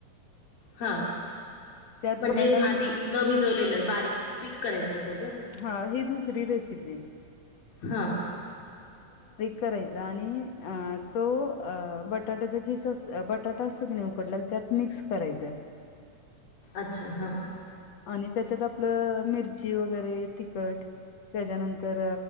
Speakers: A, on the left; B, on the left.
A: हां
B: त्यात
A: म्हणजे
B: बटाटा मिक्स
A: आधी न भिजवलेलं बारीक पीठ करायचं का त्याच
B: हा ही दुसरी रेसिपी आहे.
A: हां.
B: करायच आणि अ तो अ बटाट्याचा किस अस बटाटा असतो क नाही उकडलेला त्यात मिक्स करायचं
A: अच्छा हां
B: आणि त्याच्यात आपलं मिरची वगैरे तिखट त्याच्यानंतर